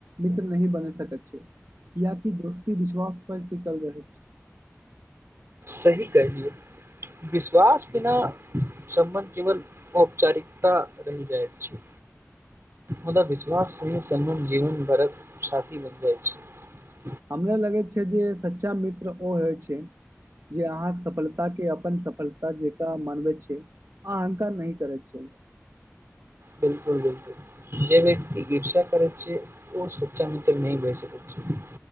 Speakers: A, on the right; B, on the right.
A: मित्र नहिी बन सकैत छै यियकि दोस्ती विश्वास पर टिकल रहै छै
B: सही कर लियए विश्वास बिना सम्बन्ध केवल औपचारिकता रहि जाइत छै मुदा विश्वास सही सम्बन्ध जीवन भरक साथी बनि जाइ छै
A: हमरा लगैत जे सच्चा मित्र ओ होइ छै जे अहाँके सफलता के अपन सफलता जेक मनबै छै अहंक नहिह करै छै
B: बिलकुल बिलकुल जे व्यक्त ईर्षा करै छै ओ सच्चा मित्र नह भहि स छै